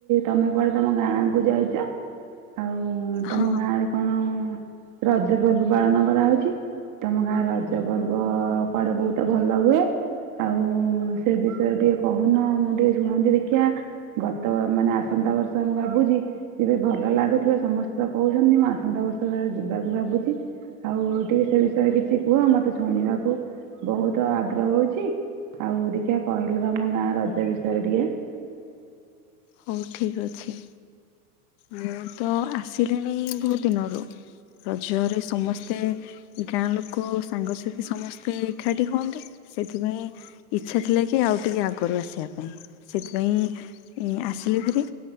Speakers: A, on the right; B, on the left.
A: ତମେ କୁଆଡେ ତମ ଗାଁ କୁ ଯାଇଛ? ଆଉ ତମ
B: ହଁ
A: ଗାଁରେ କଣ ରଜ ପର୍ବ ପାଳନ କରାହଉଛି। ତମ ଗାଁର ରଜ ପର୍ବ କୁଆଡ଼େ ବହୁତ ଭଲ ହୁଏ। ଆଉ ସେ ବିଷୟରେ ଟିକେ କହୁନ ମୁଁ ଟିକେ ଶୁଣନ୍ତି ଦେଖିିବା। ଗତ ମାନେ ଆସନ୍ତା ବର୍ଷ ମୁଁ ଭାବୁଛି। ତେବେ ଭଲ ଲାଗୁଥିବା ସମସ୍ତେ ତ କହୁଛନ୍ତି ମୁଁ ଆସନ୍ତା ବର୍ଷ ଯିବାକୁ ଭାବୁଛି। ଆଉ ଟିକେ ସେ ବିଷୟରେ କିଛି କୁହ ମତେ ଶୁଣିବାକୁ ବହୁତ ଆଗ୍ରହ ହଉଛି। ଅଛି ଆଉ ଦେଖିିବା କହିଲେ ତ ଆମ ଗାଁ ରଜ ବିଷୟରେ ଟିକେ
B: ହଉ ଠିକ୍ ଅଛି। ମୁଁ ତ ଆସିଲିଣି ବହୁତ ଦିନରୁ ରଜରେ ସମସ୍ତେ ଗାଁ ଲୋକ ସାଙ୍ଗସାଥି ସମସ୍ତେ ଏକାଠି ହୁଅନ୍ତି ସେଥିପାଇଁ ଇଚ୍ଛା ଥିଲା କି ଆଉ ଟିକେ ଆଗରୁ ଆସିବା ପାଇଁ ସେଥିପାଇଁ ଆସିଲି ହେରି।